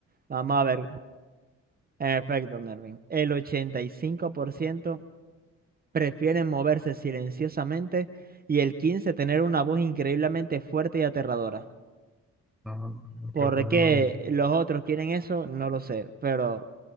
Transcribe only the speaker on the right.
Vamos a ver. En efecto, Mervin. El 85% prefieren moverse silenciosamente y el 15% tener una voz increíblemente fuerte y aterradora.
¿Por
qué
los otros quieren eso? No lo sé, pero